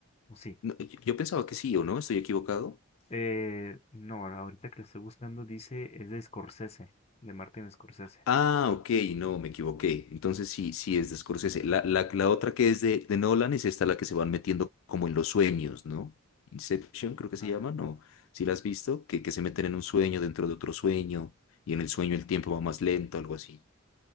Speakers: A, on the left; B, on the left.
A: ¿O sí?
B: no, yo, yo pensaba que sí, ¿o no? ¿Estoy equivocado?
A: Eh, no, ahorita que la estoy buscando dice, es de Scorsese, de Martin Scorsese.
B: Ah, ok, no, me equivoqué. Entonces sí, sí es de Scorsese. La, la, la otra que es de, de Nolan es esta la que se van metiendo como en los sueños, ¿no? Inception creo que se
A: Ah,
B: llama, ¿no? Si la has visto? Que, que se meten en un sueño dentro de otro sueño y en el sueño el tiempo va más lento, algo así.